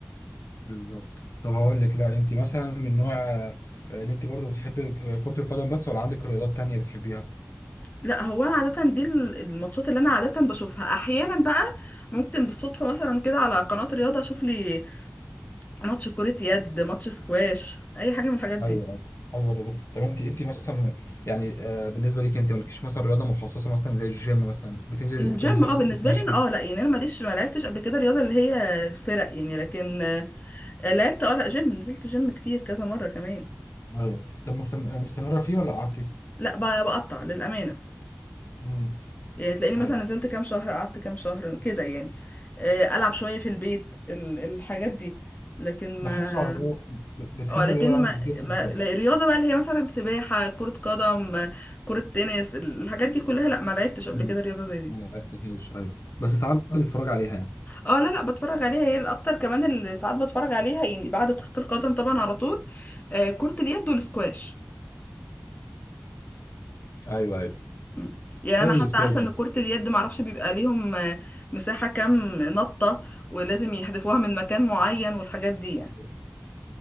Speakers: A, on the left; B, on the left.
A: بالظبط طب هقول لك لا انت مثلا من نوع آه، اللي انت برضو بتحبي كرة القدم بس ولا عندك رياضات تانية بتحبيها؟
B: لا هو انا عاده دي ال- الماتشات اللي انا عاده بشوفها احيانا بقى ممكن بالصدفه مثلا كده على قناه رياضه اشوف لي ماتش كرة يد ماتش سكواش اي حاجة من الحاجات دي
A: ايوه ايوه ايوه الرياضة طب انت انت مثلا يعني آه، بالنسبة ليك انت مالكيش مثلا رياضة مخصصة مثلا زي الجيم مثلا بتنزل
B: الجيم
A: بتنزل
B: اه
A: مثلا
B: بالنسبة
A: تتمشي
B: لي انا اه لا يعني انا ماليش ما لعبتش قبل كده رياضة اللي هي فرق يعني لكن آه، لعبت اه لا جيم نزلت جيم كتير كذا مرة كمان
A: ايوه طب مستم... مستمرة فيه ولا قعدتي؟
B: لا ب- بقطع للأمانة
A: امم
B: يعني تلاقيني مثلا
A: ايوه
B: نزلت كام شهر قعدت كام شهر كده يعني آه، ألعب شوية في البيت ال- الحاجات دي لكن
A: محافظة
B: ما
A: على الرياضة ب- بتحب
B: اه لكن
A: الرياضة عندك
B: ما,
A: الجسم
B: ما
A: وكده
B: لا، الرياضة بقى اللي هي مثلا سباحة كرة قدم آه، كرة تنس الحاجات دي كلها لا ما لعبتش قبل
A: لا،
B: كده رياضة زي دي
A: ما لعبتهاش ايوه بس ساعات بتتفرج عليها يعني
B: اه لا لا بتفرج عليها هي الاكتر كمان اللي ساعات بتفرج عليها يعني بعد كرة القدم طبعا على طول آه كرة اليد والسكواش
A: ايوه ايوه
B: مم. يعني
A: حلو
B: انا حتى
A: الاسكواش
B: عارفة ان كرة اليد معرفش بيبقى ليهم آه، مساحة كام نطة ولازم يحذفوها من مكان معين والحاجات دي يعني
A: دي